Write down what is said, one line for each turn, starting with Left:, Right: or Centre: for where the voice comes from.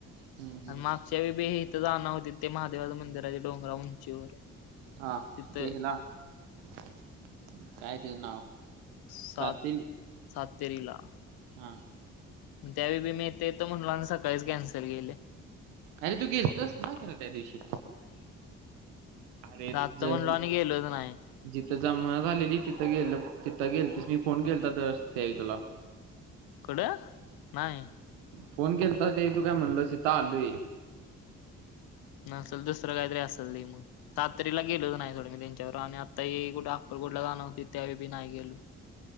Right: हम्म, हम्म.
Left: आणि मागच्या बी इथं जाण होती ते, महादेवाचं मंदिर आहे ते डोंगरावर उंचीवर.
Right: हा
Left: तिथं
Right: ते हेला काय तेचं नाव.
Left: सात
Right: सातेरी
Left: सातेरीला.
Right: हा.
Left: मग त्यावेळी बी मी येते येतो म्हणलो, आणि सकाळीच कॅन्सल केले.
Right: अरे तू गेलतस ना, खरं त्या दिवशी. अरे
Left: जातो
Right: ज-
Left: म्हटलं, आणि गेलोच नाही.
Right: जिथं जमाना झालेली तिथं गेल, तिथं गेलतीस फोन केलता त्यावेळी तुला.
Left: कुठं नाही.
Right: फोन केलतास त्यावेळी, तू काय म्हणलास इथं आलोय.
Left: नसेल दुसरं काहीतरी असेल रे मग. सातेरीला गेलोच नाही सोड मी त्यांच्याबरोबर, आणि आता हे कुठं अक्कलकोटला जाणार होतीत. त्यावेळी बी नाही गेलो,